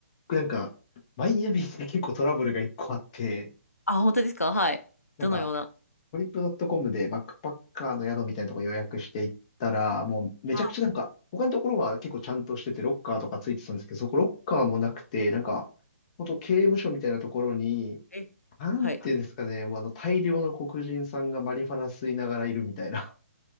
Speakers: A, on the left; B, on the left.
A: 僕なんか、マイアミって結構トラブルが一個あって、
B: あ、本当ですかはい。
A: なんか、
B: どのような
A: トリップドットコムでバックパッカーの宿みたいなとこ予約していったら、もうめちゃくちゃなんか、
B: はい。
A: 他のところは結構ちゃんとしてて、ロッカーとかついてたんですけど、そこロッカーもなくて、なんか、本当刑務所みたいなところに、
B: え、
A: なんていうんですかね、
B: はい。
A: もうあの大量の黒人さんがマリファナ吸いながらいるみたいな。